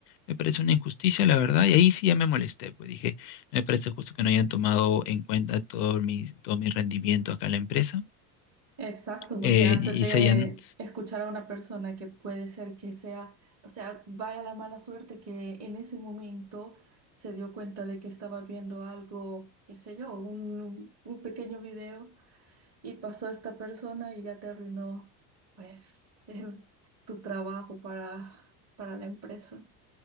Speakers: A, on the left (about 80°); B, on the right (about 35°).
A: me parece una injusticia, la verdad. Y ahí sí ya me molesté, pues dije, no me parece justo que no hayan tomado en cuenta todo mi, todo mi rendimiento acá en la empresa.
B: exacto, porque
A: eh,
B: antes
A: y,
B: de
A: y se hayan
B: escuchar a una persona que puede ser que sea, o sea, vaya la mala suerte que en ese momento se dio cuenta de que estaba viendo algo, qué sé yo, un, un pequeño video y pasó esta persona y ya te arruinó, pues, <laughs> el- tu trabajo para, para la empresa.